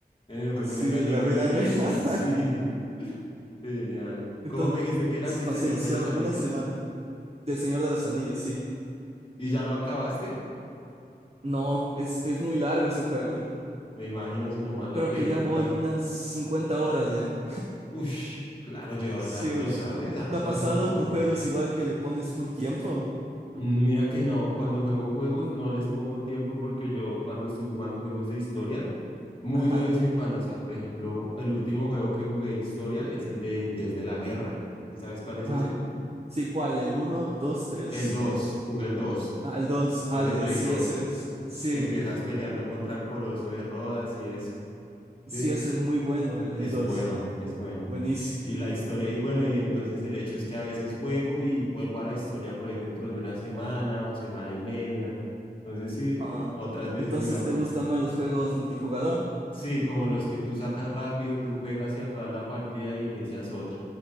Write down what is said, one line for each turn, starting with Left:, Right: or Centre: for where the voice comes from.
Left: en el juego,
Right: sí,
Left: un enemigo
Right: de la vida
Left: enemigo.
Right: real. <laughs>
Left: <laughs> Sí, genial.
Right: Entonces,
Left: ¿Cómo me dijiste que era el del
Right: pasé
Left: Señor
Right: viciado
Left: de los Anillos?
Right: una semana del Señor de los Anillos, sí.
Left: ¿Y ya lo acabaste?
Right: No, es, es muy largo ese juego.
Left: Me imagino, si no más la
Right: Creo
Left: película.
Right: que ya voy unas 50 horas ya.
Left: Ush, claro, llevas
Right: Sí,
Left: harto,
Right: ush.
Left: ¿sabes? Hartas
Right: ¿Te ha pasado
Left: horas de juego.
Right: con juegos igual que le pones full tiempo?
Left: Mm, Mira que no, cuando juego juegos no les pongo tiempo porque yo cuando estoy jugando juegos de historia, muy
Right: Ajá.
Left: de vez en cuando, o sea, por ejemplo, el último juego que jugué de historia es el del Dios de la Guerra. ¿Y sabes cuál es
Right: Ah,
Left: ese?
Right: sí, ¿cuál? ¿El 1, 2, 3?
Left: El 2, jugué el 2,
Right: Al 2 al
Left: el de
Right: de
Left: Play
Right: sí,
Left: 2,
Right: ese es. Sí,
Left: que empiezas peleando contra el Coloso de Rodas y eso, ¿sí?
Right: sí, ese es muy bueno, el,
Left: Es
Right: el dos
Left: bueno, es bueno.
Right: Buenísimo.
Left: Y la historia, y bueno, y entonces el hecho es que a veces juego y vuelvo a la historia por ahí dentro de una semana o semana y media. Entonces sí,
Right: Ah,
Left: otras veces
Right: entonces,
Left: digamos,
Right: ¿te gustan más los juegos multijugador?
Left: sí, como los que tú sacas rápido, tú juegas y acabas la partida y inicias otra